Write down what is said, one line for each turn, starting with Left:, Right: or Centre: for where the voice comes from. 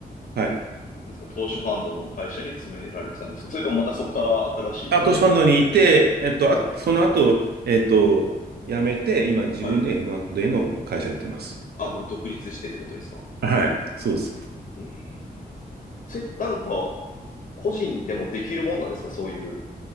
Right: はい。
Left: なんですか、投資ファンドの会社に詰められてたんですかそれともまたそこから新しい企業とかに。
Right: あ、投資ファンドにいて、えっと、あ、その後、えっと、辞めて、今自分で
Left: はい。
Right: M&A の会社やってます。
Left: あ、もう独立してってことですか
Right: はい。そうです。
Left: あすええそれ、なんか、個人でもできるもんなんですかそういう。や